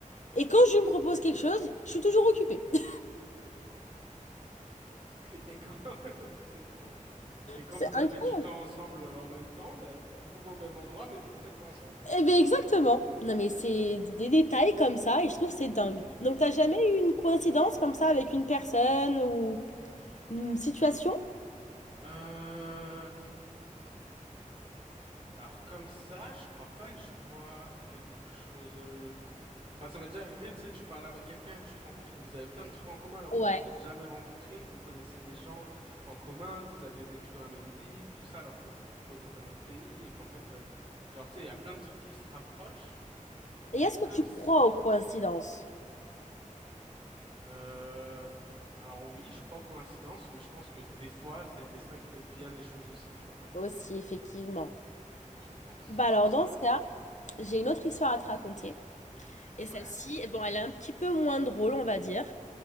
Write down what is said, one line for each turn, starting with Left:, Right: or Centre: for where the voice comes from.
Left: et quand je me propose quelque chose, je suis toujours occupée. <laughs>
Right: Et quand, <laughs> c'est fou. Et quand
Left: C'est
Right: vous
Left: incroyable!
Right: avez du temps ensemble euh, en même temps, ben, vous vous retrouvez au même endroit, mais vous le faites pas ensemble, du coup.
Left: Eh ben, exactement! Non, mais c'est des détails comme ça, et je trouve que c'est dingue. Donc, t'as jamais eu une coïncidence comme ça avec une personne ou une situation?
Right: Euh, alors comme ça, je crois pas que je vois quelque chose. euh, Enfin, ça m'est déjà arrivé, tu sais, tu parles avec quelqu'un et tu te rends compte que vous avez plein de trucs en commun alors
Left: Ouais.
Right: que vous vous êtes jamais rencontrés, que vous connaissez des gens en commun, que vous avez vécu dans la même ville, tout ça alors que vous vous retrouvez dans un autre pays et qu'en fait, euh, genre, tu sais, il y a plein de trucs qui se rapprochent,
Left: Et
Right: mais
Left: est-ce
Right: comme
Left: que tu
Right: ça.
Left: crois aux coïncidences?
Right: Euh... Alors oui, je crois coïncidence, mais je pense que des fois, c'est le destin qui fait bien les choses aussi, tu vois.
Left: Aussi, effectivement.
Right: Je pense.
Left: Bah alors,
Right: Parce
Left: dans
Right: que...
Left: ce cas, j'ai une autre histoire à te raconter.
Right: Ouais,
Left: Et celle-ci, eh bon, elle est un petit peu moins drôle, on va dire.